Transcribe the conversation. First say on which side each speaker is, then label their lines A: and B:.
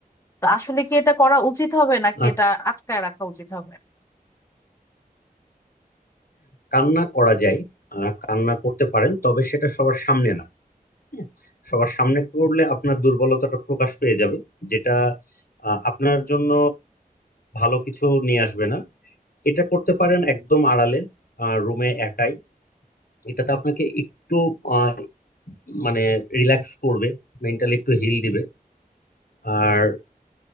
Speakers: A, on the left; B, on the left.
A: তো আসলে কি এটা করা উচিত হবে নাকি
B: আহ,
A: এটা আটকায় রাখা উচিত হবে
B: কান্না করা যায় আহ, কান্না করতে পারেন তবে সেটা সবার সামনে না হ্যাঁ, সবার সামনে করলে আপনার দুর্বলতাটা প্রকাশ পেয়ে যাবে যেটা আহ, আপনার জন্য ভালো কিছু নিয়ে আসবে না এটা করতে পারেন একদম আড়ালে রুমে একাই এটাতে আপনাকে একটু আহ, মানে রিল্যাক্স করবে মেন্টালি একটু হিল দিবে আর